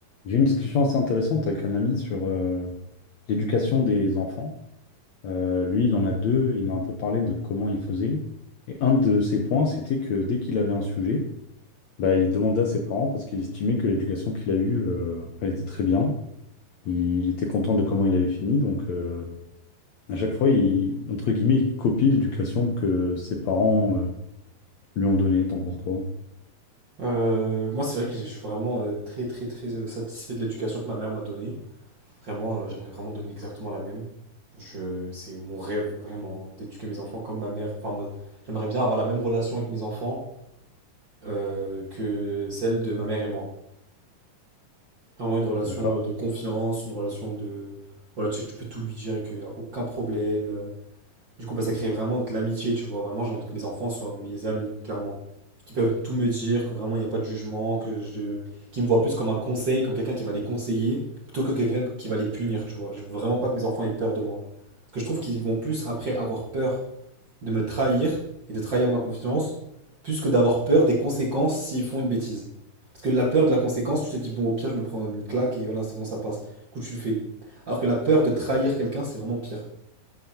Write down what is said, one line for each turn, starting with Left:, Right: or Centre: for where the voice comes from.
Left: J'ai eu une discussion assez intéressante avec un ami sur euh, l'éducation des enfants. Euh, lui, il en a deux. Il m'a un peu parlé de comment il faisait. Et un de ses points, c'était que dès qu'il avait un sujet, bah, il demandait à ses parents parce qu'il estimait que l'éducation qu'il a eue, euh, elle était très bien. Il était content de comment il avait fini. Donc, euh, à chaque fois, il, entre guillemets, il copie l'éducation que ses parents, euh, lui ont donnée. T'en penses quoi?
Right: Euh, moi, c'est vrai que je suis vraiment euh, très, très, très euh, satisfait de l'éducation que ma mère m'a donnée. Vraiment, euh, j'aimerais vraiment donner exactement la même. Je, c'est mon rêve, vraiment, d'éduquer mes enfants comme ma mère. Enfin, moi, j'aimerais bien avoir la même relation avec mes enfants euh, que celle de ma mère et moi. Vraiment une relation
Left: D'accord.
Right: euh, de confiance, une relation de... Voilà, tu sais que tu peux tout lui dire et qu'il n'y a aucun problème. euh, du coup, bah, ça crée vraiment de l'amitié, tu vois. Vraiment, j'ai envie que mes enfants soient mes amis, clairement. Qui peuvent tout me dire, que vraiment, il n'y a pas de jugement, que je... qui me voient plus comme un conseil, comme quelqu'un qui va les conseiller, plutôt que quelqu'un qui va les punir, tu vois. Je veux vraiment pas que mes enfants aient peur de moi. Parce que je trouve qu'ils vont plus, après avoir peur de me trahir et de trahir ma confiance, plus que d'avoir peur des conséquences s'ils font une bêtise. Parce que la peur de la conséquence, tu te dis, bon, au pire, je me prends une claque et voilà, c'est bon, ça passe. Du coup, tu le fais. Alors que la peur de trahir quelqu'un, c'est vraiment pire.